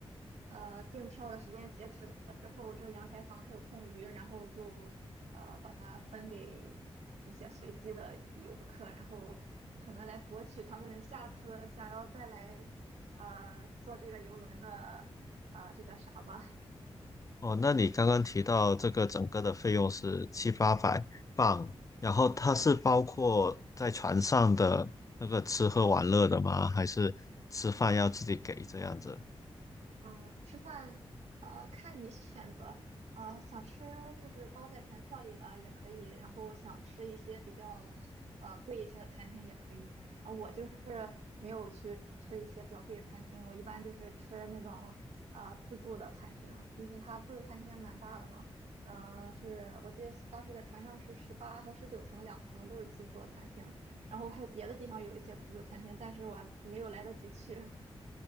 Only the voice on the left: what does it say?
哦，那你刚刚提到这个整个的费用是七八百镑，然后它是包括在船上的那个吃喝玩乐的吗？还是吃饭要自己给这样子？